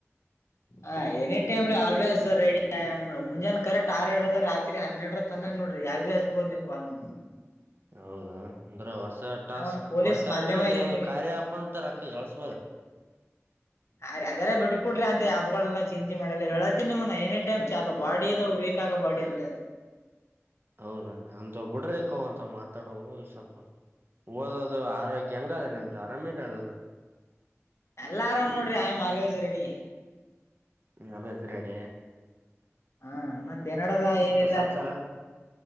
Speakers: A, on the left; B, on the right.
A: ಹ ಎನಿ ಟೈಮ ರ ಆಲ್ವಸ್ ರೆಡಿ ಮುಂಜಾನೆ ಕರೆಕ್ಟ್ ಆರ್ರಡ ರಾತ್ರಿ ಹನ್ನೆರಡರ ತಾನ ನೋಡ್ರರಿ ಯಾೆ ಭೀ ಹಚ್ಬೋದು ನೀವು ಕಾಲ್ ನ
B: ಹೌದಾ ಅಂದ್ರೆ ವಸ ಟಾಸ್ಕ್
A: ನಾವೊಂದ್ ಪೊಲೀಸ್
B: ಕೊಡ್ತಾರನ್ರಿ
A: ಮಾಧ್ಯಮ
B: ಅದ
A: ಇದೀನಿರಿ
B: ಯಾವ್ದ್ ಕಾರ್ಯಪ ಅಂತಾರ ಅಕ ಕಳಸ್ಬೋದ್ರಿ
A: ಅೀ ಅದೆಲ್ಲ ಬಿಟ್ಕಡ್ರಿ ಅಂತ ಯಾಪ್ಗಳೆಲ್ಲ ಚಿಂತೆ ಮಾಡಲ್ಲ ಹೇಳತನಿಮ್ಮನ ಎನಿ ಟೈಮ್ ಚಾಲು ಬಾಡಿ ಇದು ವೀಕ್ ಆಗೋ ಬಾಡಿ ಅಲ್ಲ ಇದು
B: ಹೌದಾ ಅಂತ ಬಿಡ್ರೇಕ ಅಂತ ಮಾತಾಡೋ ಸ್ವಲ್ಪ ಓದೋದು ಆರೋಗ್ಯ ಹೆಂಗಾದ್ರ ನಿಮ್ದು ಆರಾಮ ಇರದಲ್ಲ
A: ಎಲ್ಲ ಆರಾಮ್ ನೋಡ್ರಿ ಐಮ್ ಆಲ್ವೇಸ್ ರೆಡಿ
B: ಅದು ಹೆದ್ರಡ
A: ಹಾ ಮತ್ತೆ ನೋಡದ ಏನಿಲ್ಲ
B: ಹಚ್ಚಲ್ಲ